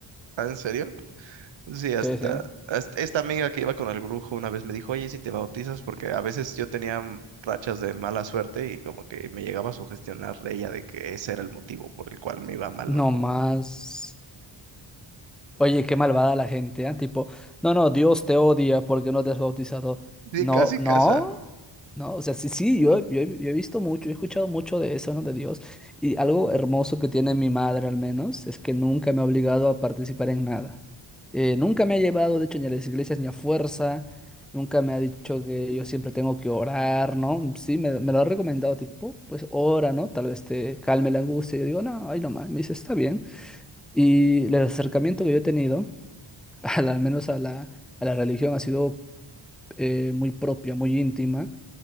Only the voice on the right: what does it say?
Ah, ¿En serio? Sí, hasta,
hasta esta amiga que iba con el brujo una vez me dijo, oye, ¿y si te bautizas? Porque a veces yo tenía mm, rachas de mala suerte y como que me llegaba a sugestionar ella de que ese era el motivo por el cual me iba mal,
¿no? Como,
sí,
casi
casa.